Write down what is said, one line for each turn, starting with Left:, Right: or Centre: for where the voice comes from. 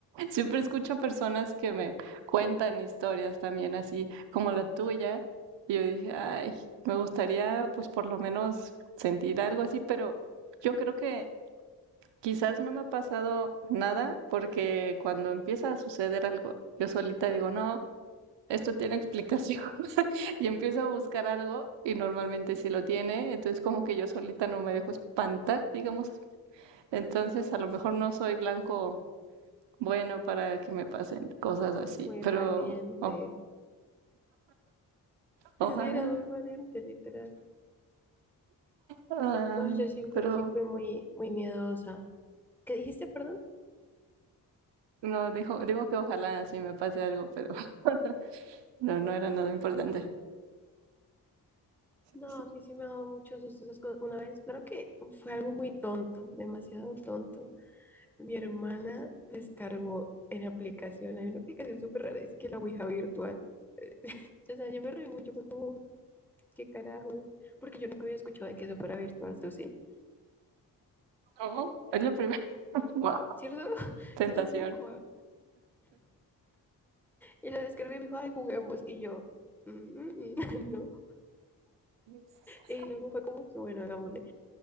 Right: Siempre escucho personas que me cuentan historias también así como la tuya. Y yo dije, ay, me gustaría pues por lo menos sentir algo así, pero yo creo que Quizás no me ha pasado nada porque cuando empieza a suceder algo, yo solita digo, no, esto tiene explicación <laughs> y empiezo a buscar algo y normalmente sí lo tiene, entonces como que yo solita no me dejo espantar, digamos, entonces a lo mejor no soy blanco bueno para que me pasen cosas así,
Centre: Muy
Right: pero
Centre: valiente.
Right: o-
Centre: <laughs>
Right: ojalá,
Centre: Sí, eres muy valiente, literal.
Right: ah,
Centre: No, yo siempre
Right: pero
Centre: sí fui muy, muy miedosa. ¿Qué dijiste, perdón?
Right: no, dijo, digo que ojalá sí me pase algo, pero <laughs> no, no era nada importante. <laughs>
Centre: No, a mí sí me ha dado muchos sustos esas cosas. Una vez, claro que fue algo muy tonto, demasiado tonto. Mi hermana descargó en aplicación, hay una aplicación súper rara, es que la Ouija virtual. O sea, yo me reí mucho, fue como, ¿Qué carajos? Porque yo nunca había escuchado de que eso fuera virtual, ¿tú sí?
Right: No, es la primera, <laughs> guau,
Centre: ¿Cierto? <laughs>
Right: tentación.
Centre: Yo tampoco. Y la descargué y me dijo, ay, juguemos. Y yo, "Mm, mm, mm, <laughs> no.
Right: <laughs>
Centre: Y luego fue como que, bueno, hagámosle.